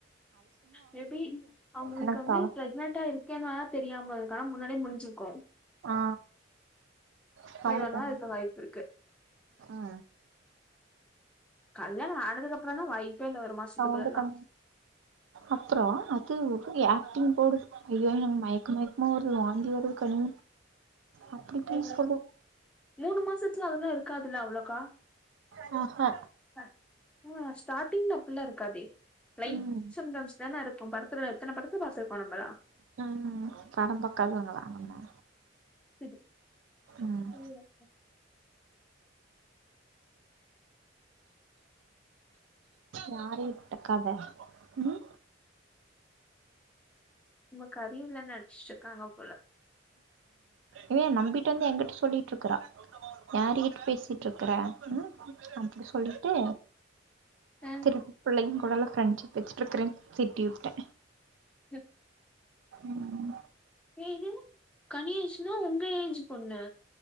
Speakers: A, in the centre; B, on the right.
A: மேபி அவுங்களுக்கு
B: எனக்கு
A: வந்து
B: தல
A: ப்ரெக்னன்டா இருக்க கேனா தெரியாம இருக்கு ஆனா முன்னாடியே முடிஞ்சுருக்கு
B: அ சவுண்டு
A: வேணா
B: கம்மியா
A: இருக்க வாய்ப்பு இருக்கு
B: அ
A: கல்யணோ ஆனதுக்கு அப்றோனா வாய்ப்பே இல்ல ஒருமாசத்
B: சவுண்டு கம்
A: <inaudible>
B: அப்றோ அது ஒரு ஆக்டிங் போடுது ஐயோ எனக்கு மயக்க மயக்கமா வருது வாந்தி வருது கனி அப்டி இப்டி
A: அ
B: சொல்லு
A: மூணு மாசச்சத்துல அதெல்லா இருக்காதுல்ல அவ்ளோக்கா
B: ஆ ஹ
A: அ ஸ்டாடிங்ல்ல அப்படியெல்லா இருக்காதே லைட்
B: ம்
A: சிம்டம்ஸ் தான இருக்கு படத்துல எத்தன படத்துல பாத்திருக்கோ நம்மள
B: ம் படோ பாக்காதவங்ளா நம்ம
A: <unintelligible>
B: ம் யாரு விட்டக்கத ம்
A: நமக்கு அறிவு இல்லன்னு நெனச்சிட்டு இருக்காங்க போல
B: இவ நம்பிட்டு வந்து எங்கிட்ட சொல்லிட்டு இருக்குறா யார்கிட்ட பேசிட்டு இருக்ற ம் அப்டி சொல்லிட்டு
A: ஆ ம்.
B: திரு புள்ளைங்க கூடல்லா ஃப்ரெண்டஷிப் வச்சட்டுருக்குறே திட்டி வுட்டே
A: ம்
B: ம்
A: ஏய் இரு கனி ஏஜ்ன்ன உங்க ஏஜ் பொண்ணு